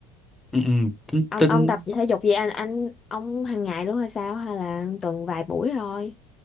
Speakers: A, in the centre; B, on the left (about 30°).
A: ừ, ừ, tính- Ừ.
B: ông
A: tính-
B: ông tập thể dục gì anh anh ông hàng ngày luôn hay sao hay là tuần vài buổi thôi